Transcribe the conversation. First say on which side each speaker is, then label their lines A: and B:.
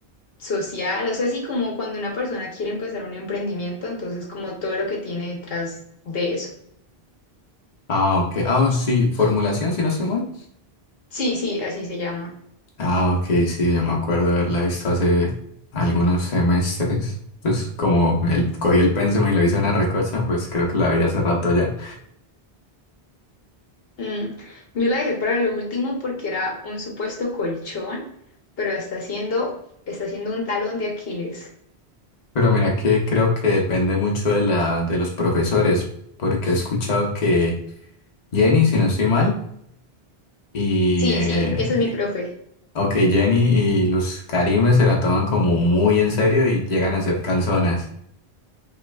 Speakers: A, on the left; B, on the left.
A: social. O sea, así como cuando una persona quiere empezar un emprendimiento, entonces como todo lo que tiene detrás de eso.
B: Ah, ok. Ah, sí, formulación, si no estoy mal.
A: Sí, sí, así se llama.
B: Ah, ok, sí, yo me acuerdo haberla visto hace algunos semestres. Pues como el, cogí el pensum y lo hice una recocha, pues creo que la vi hace rato ya.
A: Mm, Yo la dejé para lo último porque era un supuesto colchón, pero está siendo, está siendo un talón de Aquiles.
B: Pero mira que creo que depende mucho de la, de los profesores, porque he escuchado que Jenny, si no estoy mal, y
A: Sí,
B: eh,
A: sí, ese es mi profe.
B: ok, Jenny y Luz Karime se la toman como muy en serio y llegan a ser canzonas.